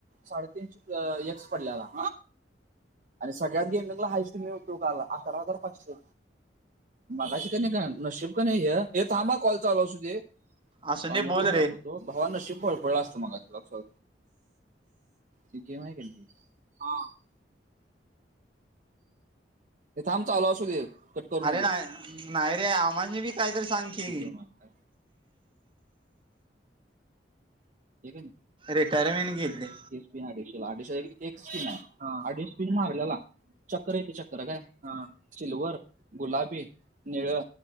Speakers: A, on the right (about 45°); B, on the right (about 30°).
A: साडेतीनशे एक्स पडल्याला. आणि सगळ्यात गेमिंगला हाईस्ट मि होतो काल अकरा हजार पाचशे, मगाशी क नी काल नशीब क नाय ह्य ए थांब हं कॉल चालू असू दे
B: असू
A: पाणी
B: दे बोल
A: पिऊन
B: रे
A: दाखवतो. तो भावा नशीब फळपळल असत मगाशी. ती गेम हाय <unintelligible> ये थांब चालू असू दे करू
B: अरे
A: नको
B: नाही, नाही रे, आमासनी बी कायतरी सांग
A: ही
B: की.
A: गेम आहे काय हे
B: रिटायरमेंट गेतलय.
A: न अडीचशेला, अडीश एक स्पिन आहे, अडीचशपिन मारलेला. चक्कर येतय, चक्कर काय, हां. सिल्वर, गुलाबी, निळं